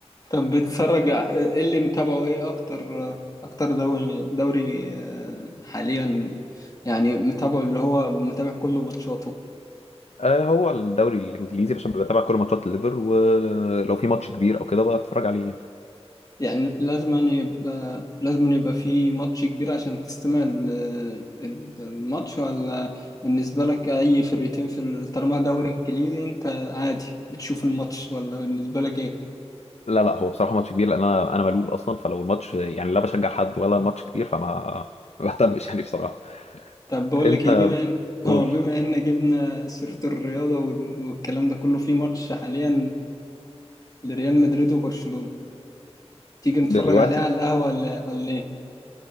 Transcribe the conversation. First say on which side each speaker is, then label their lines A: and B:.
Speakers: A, on the left; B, on the left.
A: طب بتتفرج ع- إيه اللي متابعه إيه أكتر أكتر دوري دوري آه، حاليا يعني متابعه اللي هو متابع كل ماتشاته
B: آه هو الدوري الإنجليزي عشان بتابع كل ماتشات الليفر ولو في ماتش كبير أو كده بتفرج عليه يعني
A: يعني لازم يبقى لازم يبقى في ماتش كبير عشان تستمع ال- الماتش ولا بالنسبة لك أي فرقتين في ال- طالما دوري إنجليزي أنت عادي بتشوف الماتش ولا بالنسبة لك إيه؟
B: لا لا هو بصراحة ماتش كبير لأن أنا أنا ملول أصلا فلو الماتش يعني لا بشجع حد ولا الماتش كبير فما <laughs> ما بهتمش يعني بصراحة
A: طب بقول
B: أنت
A: لك إيه بما إن
B: قول
A: أه بما إن جبنا سيرة الرياضة وال- والكلام ده كله في ماتش حاليا لريال مدريد وبرشلونة تيجي نتفرج
B: دلوقتي
A: عليه على القهوة ولا ولا إيه؟